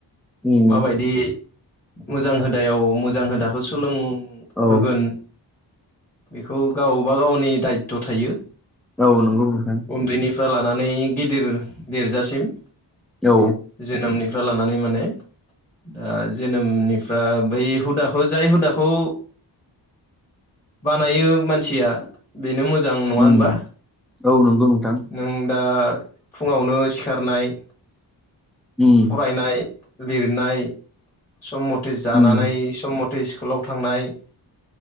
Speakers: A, in the centre; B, on the left.
A: उम
B: माबायदि मोजां हुदायाव मोजां हुदाखौ सोलोंहोगोन।
A: औ
B: बेखौ गावबा गावनि दायथ' थायो।
A: औ नंगौ नोंथां।
B: उन्दैनिफ्राय लानानै गिदिर देरजासिम
A: औ
B: जोनोमनिफ्राय लानानै माने दा जोनोमनिफ्रा बै हुदाखौ जाय हुदाखौ बानायो मानसिया बेनो मोजां नङा
A: उम
B: होनबा?
A: औ नंगौ नोंथां।
B: नों दा फुङावनो सिखारनाय
A: उम
B: फायनाय लिरनाय सम मथे जानानै
A: उम
B: सम मथे दै स्कुलाव थांनाय